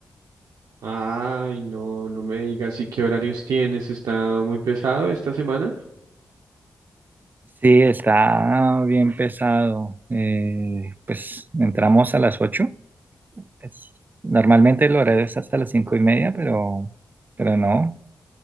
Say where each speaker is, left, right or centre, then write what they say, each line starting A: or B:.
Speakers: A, on the right; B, on the right.
A: Ay, no, no me digas, ¿y qué horarios tienes? ¿Está muy pesado esta semana?
B: Sí, está bien pesado. eh, pues entramos a las 8. Pues, normalmente el horario es hasta las cinco y media, pero, pero no.